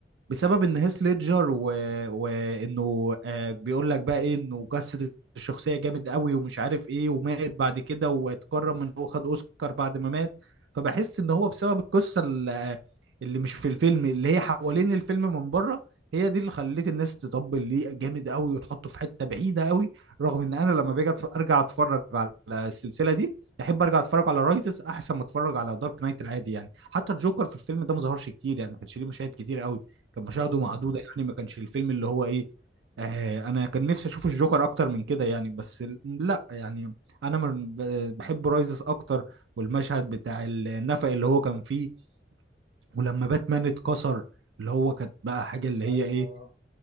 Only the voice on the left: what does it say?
مم.
اه
ايوه